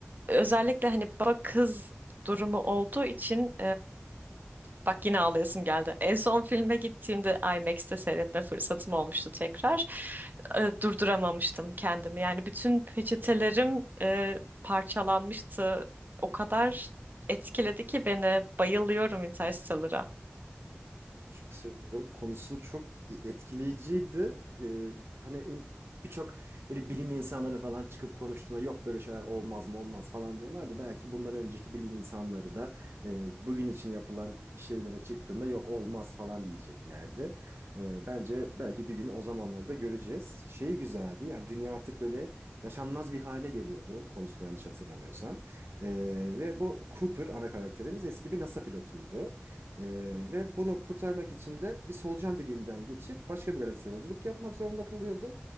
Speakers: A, on the right; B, on the right.
A: Özellikle hani baba kız durumu olduğu için Bak yine ağlayasım geldi. En son filme gittiğimde IMAX'te seyretme fırsatım olmuştu tekrar. E, durduramamıştım kendimi. Yani bütün peçetelerim e, parçalanmıştı. O kadar etkiledi ki beni. Bayılıyorum Interstellar'a.
B: Ben de çok seviyorum. Konusu çok etkileyiciydi. Ee, hani in- birçok böyle bilim insanları falan çıkıp konuştuğunda yok böyle şeyler olmaz mı olmaz falan diyorlardı. Belki bundan önceki bilim insanları da e, bugün için yapılan şeylere çıktığında yok olmaz falan diyeceklerdi. Ee, bence belki bir gün o zamanları da göreceğiz. Şey güzeldi yani dünya artık böyle yaşanmaz bir hale geliyordu konusunu yanlış hatırlamıyorsam. Ee, ve bu Cooper ana karakterimiz eski bir NASA pilotuydu. Ee, ve bunu kurtarmak için de bir solucan deliğinden geçip başka bir galaksiye yolculuk yapmak zorunda kalıyordu.